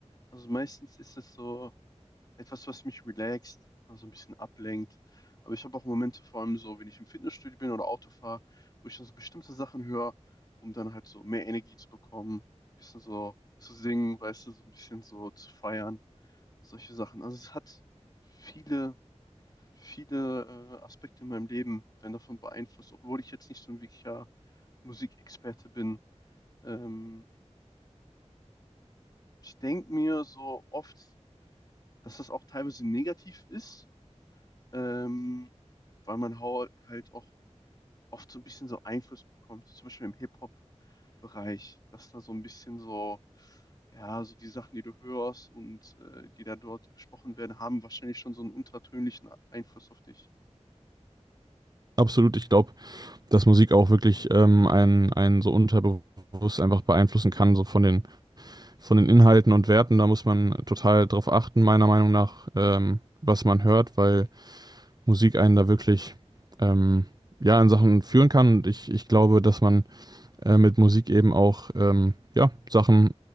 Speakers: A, on the left; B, on the right.
A: Also meistens ist es so, etwas, was mich relaxt, also ein bisschen ablenkt. Aber ich habe auch Momente, vor allem so, wenn ich im Fitnessstudio bin oder Auto fahre, wo ich dann so bestimmte Sachen höre, um dann halt so mehr Energie zu bekommen, bisschen so zu singen, weißt du, so ein bisschen so zu feiern, solche Sachen. Also es hat viele, viele äh, Aspekte in meinem Leben, werden davon beeinflusst, obwohl ich jetzt nicht so ein wirklicher Musikexperte bin. Ähm, ich denke mir so oft, dass das auch teilweise negativ ist, ähm, weil man hau- halt auch oft so ein bisschen so Einfluss bekommt, zum Beispiel im Hip-Hop-Bereich, dass da so ein bisschen so, ja, so die Sachen, die du hörst und äh, die da dort besprochen werden, haben wahrscheinlich schon so einen untertönlichen Einfluss auf dich.
B: Absolut, ich glaube, dass Musik auch wirklich ähm, einen, einen so unterbewusst einfach beeinflussen kann, so von den von den Inhalten und Werten, da muss man total drauf achten, meiner Meinung nach, ähm, was man hört, weil Musik einen da wirklich ähm, ja, in Sachen führen kann. Und ich, ich glaube, dass man äh, mit Musik eben auch ähm, ja, Sachen